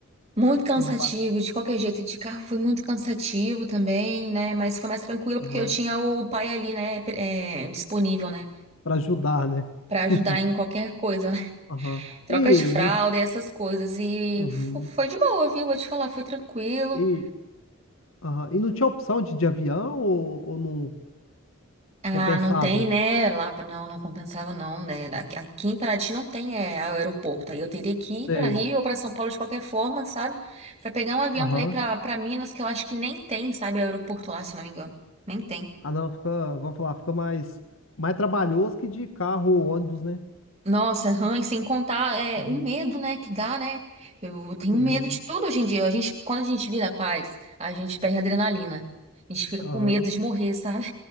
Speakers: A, on the right; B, on the left.
A: Muito cansativo,
B: não, mas pra,
A: de qualquer jeito, de carro foi muito cansativo também, né? Mas foi mais tranquilo
B: aham,
A: porque eu tinha o pai ali, né, é, disponível, né?
B: pra ajudar, né?
A: Pra ajudar
B: <laughs>
A: em qualquer coisa,
B: Aham.
A: Troca
B: E,
A: de fralda
B: não,
A: e essas coisas. E
B: uhum.
A: fo- foi de boa, viu? Vou te falar, foi tranquilo.
B: E, aham. E não tinha opção de, de avião ou, ou não
A: Ah,
B: compensava?
A: não tem, né? Lá, não, não compensava, não, né? Aqui aqui em Paraty não tem é, aeroporto. Aí eu teria que ir
B: Sei.
A: para Rio ou para São Paulo de qualquer forma, sabe? Para pegar um avião
B: Aham.
A: para ir para para Minas, que eu acho que nem tem, sabe? Aeroporto lá, se não me engano. Nem tem.
B: Ah, não, fica, vamos falar, fica mais, mais trabalhoso que de carro ou ônibus, né?
A: Nossa, hum, e sem contar é,
B: Uhum.
A: o medo, né, que dá, né? Eu tenho
B: Uhum,
A: medo de tudo hoje em dia. A gente, quando a gente vira paz, a gente perde a adrenalina. A gente fica
B: aham,
A: com medo de morrer, sabe?